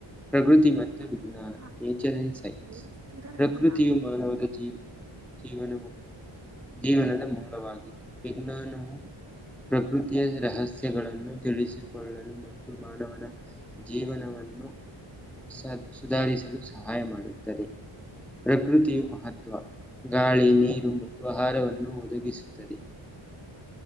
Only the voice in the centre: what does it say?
ಪ್ರಕೃತಿ ಮತ್ತು
ವಿಜ್ಞಾನ ನೇಚರ್ ಅಂಡ್ ಸೈನ್ಸ್
ಪ್ರಕೃತಿಯು
ಮಾನವನ ಜೀವನ ಜೀವನದ ಮೂಲವಾಗಿದೆ ವಿಜ್ಞಾನವು ಪ್ರಕೃತಿಯ ರಹಸ್ಯಗಳನ್ನು ತಿಳಿಸಿಕೊಳ್ಳಲು ಮತ್ತು ಮಾನವನ ಜೀವನವನ್ನು ಸ ಸುಧಾರಿಸಲು ಸಹಾಯ ಮಾಡುತ್ತದೆ ಪ್ರಕೃತಿಯು ಮಹತ್ ಗಾಳಿ ನೀರು ಮತ್ತು ಆಹಾರವನ್ನು ಒದಗಿಸುತ್ತದೆ